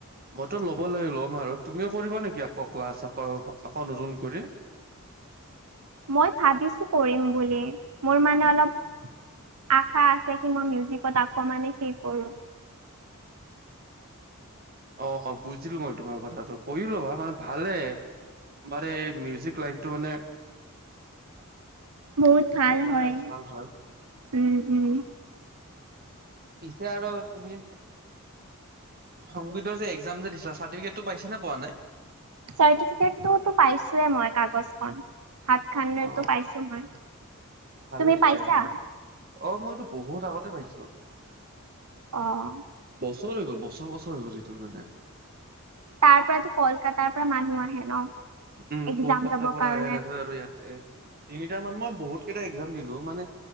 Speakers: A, on the right (about 40°); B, on the right (about 85°).
A: মইটো ল'ব লাগে ল'ম আৰু তুমিও কৰিবা নেকি আকৌ ক্লাছ আকৌ আকৌ নতুন কৰি
B: মই ভাবিছোঁ কৰিম বুলি মোৰ মানে অলপ আশা আছে কি মই মিউজিকত আকৌ মানে হেৰী কৰোঁ
A: অ বুজিলো মই তোমাৰ কথাটো কৰি লবা মানে ভালে মানে মিউজিক লাইনটো মানে
B: <inaudible> বহুত ভাল
A: মানে
B: হয়
A: ভাল হয়।
B: উম উম
A: পিছে আৰু তুমি সংগীত যে একজাম যে দি চাৰ্টিফিকেটটো পাইছে নে পোৱা নাই
B: চাৰ্টিফিকেট টো টো পাইছোঁয়ে মই কাগজখন। সাতখন মান
A: অ',
B: পাইছো মই,
A: ভালে
B: তুমি
A: তেতিয়াহ'লে
B: পাইছা?
A: অ', মইতো বহুত আগতে পাইছোঁ।
B: আহ
A: বছৰ হৈ গল বছৰ বছৰ হৈ গ'ল সেইটোৰ কাৰণে।
B: তাৰ পৰাতো কলকাতাৰ পৰা মানুহ আহে ন।
A: উম
B: এক্জাম
A: কলকাতাৰ
B: লবৰ
A: পৰা
B: কাৰণে।
A: আহে তাৰ পাচত ইয়াৰ আৰু ইয়াতে তিনিট মান মই বহুত <unintelligible> কেইটা এক্সাজাম দিলো মানে